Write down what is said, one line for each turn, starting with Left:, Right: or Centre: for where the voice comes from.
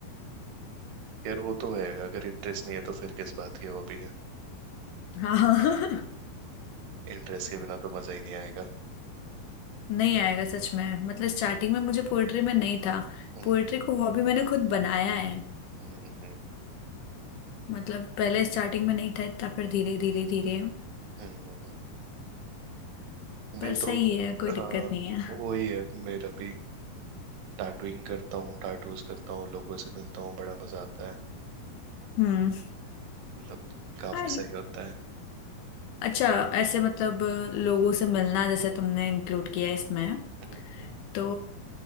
Right: यार वो तो है अगर इंटरेस्ट नहीं है तो फिर किस बात की हॉबी है
Left: हाँ <laughs>
Right: इंटरेस्ट के बिना तो मजा ही नहीं आएगा
Left: नहीं आएगा सच में मतलब स्टार्टिंग में मुझे पोएट्री में नहीं था
Right: हम्म
Left: पोएट्री को हॉबी मैंने खुद बनाया है
Right: हम्म हम्म
Left: मतलब पहले स्टार्टिंग में नहीं था इतना फिर धीरे धीरे धीरे
Right: हम्म। हम्म। मैं
Left: पर
Right: तो
Left: सही है कोई दिक्कत
Right: हाँ
Left: नहीं है
Right: वही है मेरा भी टैटूइंग करता हूँ टाटूज करता हूँ लोगों से मिलता हूँ बड़ा मजा आता है
Left: हम्म
Right: मतलब काफी
Left: हाय
Right: सही होता है
Left: अच्छा ऐसे मतलब लोगों से मिलना जैसे तुमने इंक्लूड किया है इसमें
Right: हम्म, हम्म।
Left: तो